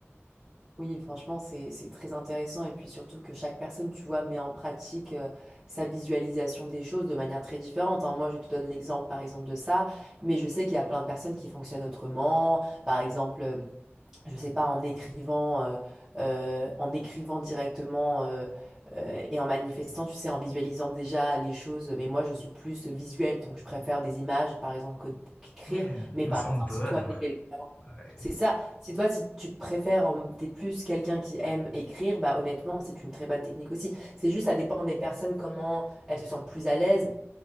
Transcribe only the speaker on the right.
Oui, franchement, c'est c'est très intéressant et puis surtout que chaque personne, tu vois, met en pratique euh, sa visualisation des choses de manière très différente. hein. Moi, je te donne l'exemple, par exemple, de ça, mais je sais qu'il y a plein de personnes qui fonctionnent autrement. Par exemple, je sais pas, en écrivant, euh, euh, en écrivant directement euh, euh, et en manifestant, tu sais, en visualisant déjà les choses. Mais moi, je suis plus visuelle, donc je préfère des images, par exemple, que- qu'écrire.
Mais
par
exemple,
si
toi, t'es quelqu'un...
C'est ça. Si toi, si tu préfères, euh, t'es plus quelqu'un qui aime écrire, bah honnêtement, c'est une très bonne technique aussi. C'est juste, ça dépend des personnes, comment elles se sentent plus à l'aise.